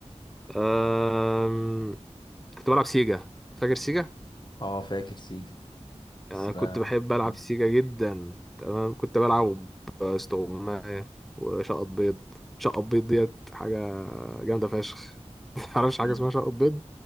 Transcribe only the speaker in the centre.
آم، كنت بلعب سيجا فاكر سيجا
يعني
انا
كنت بحب العب
سيجا جدا تمام كنت بلعب استغماية وشقط بيض شقط بيض ديت حاجه جامده فشخ <laughs> معرفش حاجه
اسمها شقط بيض